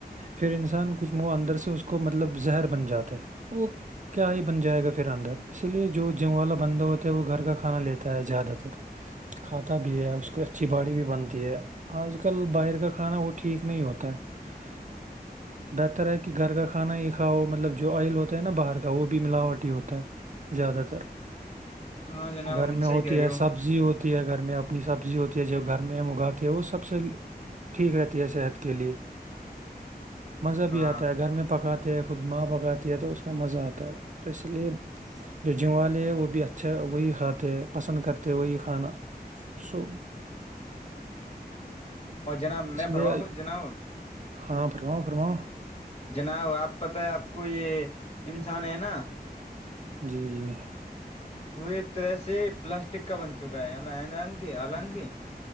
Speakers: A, on the right; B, on the left.
A: پھر انسان کچھ منہ اندر سے اس کو مطلب زہر بن جاتا ہے وہ کیا ہی بن جائے گا پھر اندر اسی لیے جو جنگ والا بندہ ہوتا ہے وہ گھر کا کھانا لیتا ہے زیادہ تر کھاتا بھی ہے اس کو اچھی باڑی بھی بنتی ہے آج کل باہر کا کھانا وہ ٹھیک نہیں ہوتا ہے <unintelligible>
B: <inaudible> <inaudible>
A: بہتر ہے کہ گھر کا کھانا ہی کھاؤ مطلب جو آئل ہوتا ہے نا باہر کا وہ بھی ملاوٹ ہی ہوتا ہے زیادہ تر
B: ہاں جناب
A: گھر
B: ہم
A: میں
B: صحیح
A: ہوتی
B: کہہ رہے
A: ہے
B: ہو
A: سب سبزی ہوتی ہے گھر میں اپنی سبزی ہوتی ہے جو گھر میں ہم اگاتی ہیں وہ سب سے ٹھیک رہتی ہے صحت کے لیے
B: <inaudible> <inaudible>
A: مزہ
B: ہاں
A: بھی آتا ہے گھر میں پکاتے ہیں خود ماہ پکاتی ہے تو اس میں مزہ آتا ہے تو اس لیے جو جم والے ہے وہ بھی اچھا وہی کھاتے ہے پسند کرتے وہی کھانا سوب
B: اور جناب میں
A: اس لیے
B: فرماؤں
A: <unintelligible>
B: کچھ
A: <unintelligible>
B: جناب
A: ہاں فرماؤ فرماؤ
B: جناب آپ پتہ ہے آپ کو یہ انسان ہے نا
A: جی جی
B: وہ ایک طرح سے پلاسٹک کا بن چکا ہےنگ النگ